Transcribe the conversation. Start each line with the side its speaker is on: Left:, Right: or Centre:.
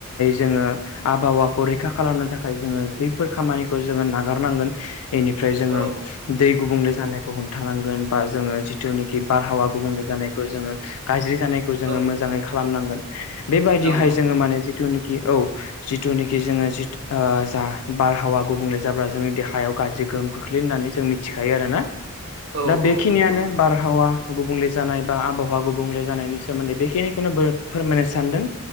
Left: जोङो आबहावाखौ रैखा खालामनो थाखाय जोङो बैफोर खामानिखौ जोङो नागारनांगोन। बेनिफ्राय जोङो
Right: औ
Left: दै गुबुंले जानायखौ हमथानांगोन बा जोङो जिथुनाखि बारहावा गुबुंले जानायखौ जोङो गाज्रि जानायखौ जोङो
Right: औ
Left: मोजाङै खालामनांगोन बेबायदिहाय
Right: नंगौ
Left: जोङो माने जिथु औ जिथुनाखि जोङो जिु जा बारहावा गुबुंले जाब्ला जोंनि देहा हायाव गाज्रि गोहोम खोख्लै होननानै जों मिथिखायो आरो ना
Right: औ
Left: दा बेखिनियानो
Right: औ नंगौ नंगौ
Left: बारहावा गुबुंले जानाय बा आबहावा गुबुंले जानायनि सोमोन्दै बेखिनिखौनो फोरमायनो सानदों।